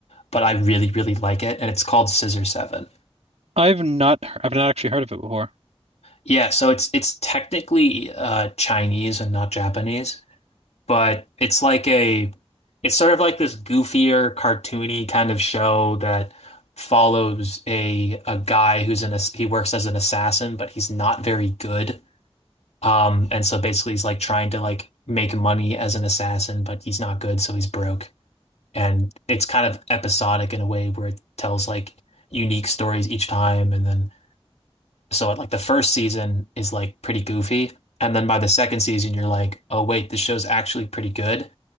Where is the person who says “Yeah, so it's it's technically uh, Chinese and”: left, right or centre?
Left